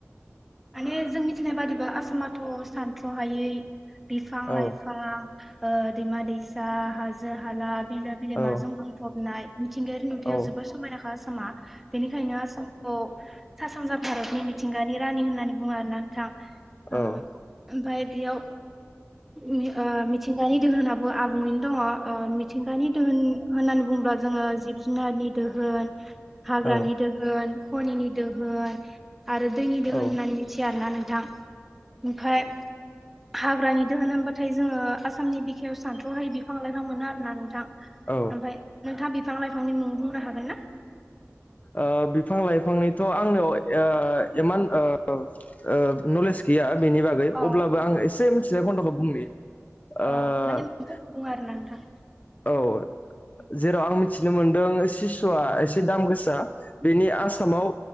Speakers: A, in the centre; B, on the left.
A: माने जों मिथिनाय बादिब्ला आसामाथ' सानथ्रहायै बिफां लाइफां,
B: औ
A: ओ दैमा दैसा हाजो हाला, बिलो बिलोमाजों
B: औ
A: बुंफबनाय मिथिंगायारि नुथायाव
B: औ
A: जोबोर समायनाखा आसामा, बेनिखायनो आसामखौ सा सानजा भारतनि मिथिंगानि रानि होननानै बुङो आरोना नोंथां, ओ
B: औ
A: ओमफ्राय बेयाव मि ओ मिथिंगानि दोहोनाबो आबुङैनो दङ ओ मिथिंगानि दोहोन होननानै बुङोब्ला जोङो जिब जुनारनि दोहोन, हाग्रानि
B: औ
A: दोहोन खनिनि दोहोन आरो दैनि दोहोन
B: औ
A: होनना, थिया आना नोंथां ओमफाय, हाग्रानि दोहोन होनबाथाय जोङो आसामनि बिखायाव सानथ्रहायै बिफां लाइफां मोनो आरोना नोंथां,
B: ओ
A: ओमफाय नोंथाङा बिफां लाइफांनि मुं बुंनो हागोन ना?
B: ओ बिफां लाइफांनिथ आंनियाव ओ इमान ओ ओ नलेज गैया बेनि बागै
A: अ
B: अब्लाबो आं एसे मिथिनाय खन्दखौ बुंनि
A: अ
B: ओ
A: माने मुंफोरखौ सुन आरोना नोंथां
B: औ
A: अ
B: जेराव आं मिथिनो मोनदों सिसुआ एसे दाम गोसा बेनि आसामाव
A: अ